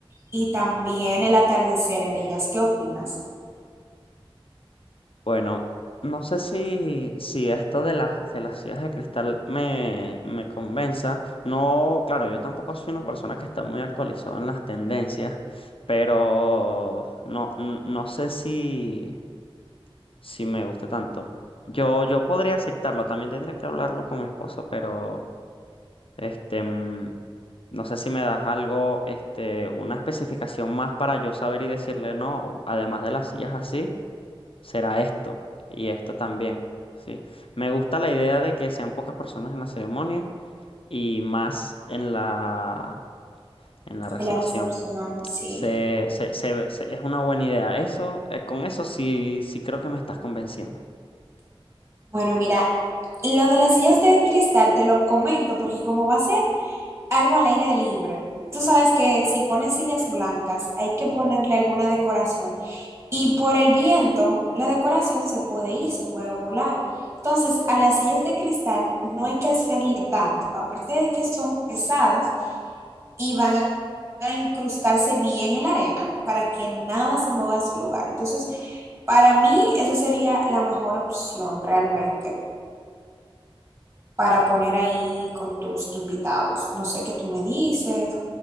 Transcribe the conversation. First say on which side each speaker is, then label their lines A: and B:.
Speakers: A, on the right; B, on the left.
A: y también el atardecer en ellas. ¿Qué opinas?
B: Bueno, no sé si, si esto de las, de las sillas de cristal me, me convenza. No, claro, yo tampoco soy una persona que está muy actualizada en las tendencias, pero no, n- no sé si. si me gusta tanto. Yo, yo podría aceptarlo, también tendría que hablarlo con mi esposa, pero este, mm, no sé si me das algo, este, una especificación más para yo saber y decirle no, además de las sillas así, será esto y esto también, sí. Me gusta la idea de que sean pocas personas en la ceremonia y más en la, en la recepción.
A: En la recepción, sí.
B: Se, se, se, se- es una buena idea. Eso, eh, con eso sí, sí creo que me estás convenciendo.
A: Bueno, mira, lo de las sillas de cristal te lo comento porque como va a ser algo al aire libre. Tú sabes que si ponen sillas blancas, hay que ponerle alguna decoración. Y por el viento, la decoración se puede ir, se puede volar. Entonces, a las sillas de cristal no hay que hacerle tanto. Aparte de que son pesadas y van a a incrustarse bien en la arena para que nada se mueva de su lugar. Entonces, para mí, esa sería la mejor opción realmente para poner ahí con tus invitados. No sé qué tú me dices.